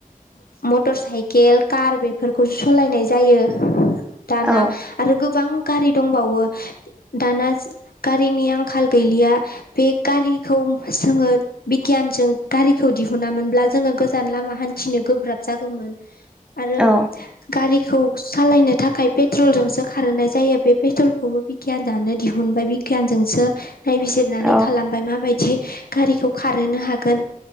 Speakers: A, on the left; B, in the centre.
A: मटर साइकेल कार बेफोरखौसो सालायनाय जायो। दाना
B: औ
A: आरो गोबां गारि दंबावो दाना गारिनि आंखाल गैलिया बे गारिखौ जोङो बिगियानजों गारिखौ दिहुनामोनब्ला जोङो गोजान लामा हान्थिनो गोब्राब जागौमोन आरो
B: औ
A: गारिखौ सालायनो थाखाय पेट्रलजोंसो खारहोनाय जायो बे पेट्रल खौबो बिगियान जानो दिहुनबाय बिगियानजोंसो नायबिजिरनानै
B: औ
A: खालामबाय माबायदि गारिखौ खारहोनो हागोन